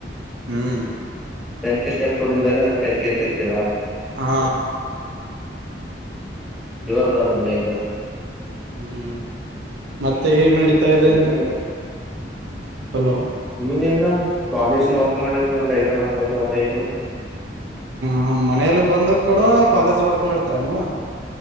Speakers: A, on the right; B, in the centre.
A: ಹ್ಮ್
B: ೆನ್ಕಿ ಸ್ಟೆಪ್ಸ್ ಹೊಡಿದಿದ್ದಾರೆ ಅದಕ್ಕೆಟೆಂಕಿ ಅಂತ ಕರಿತೀರಾ
A: ಹಾ
B: ಜೋರದಾ ನಿಂದೆಂದ
A: ಹ್ಮ್ ಮತ್ತೆ ಈಗ ನಡತ ಇದೆ
B: ಬೇರೆನೆ
A: ಹಲೋ
B: ಏನಿಲ್ಲ ಕಾಲೇಜ್ ವರ್ಕ್ ಮಾಡ್ಲಕ್ಕೆ ನೀವು ಡೈಗ್ರಾಮ್ ಹತದು ಅದಾಯದು
A: ಹ ಮನೇಲ್ಲ ಬಂದ್ ಕೂಡ ಕಾಲೇಜ್ ವರ್ಕ್ ಮಾಡ್ತೀರ ನೀವು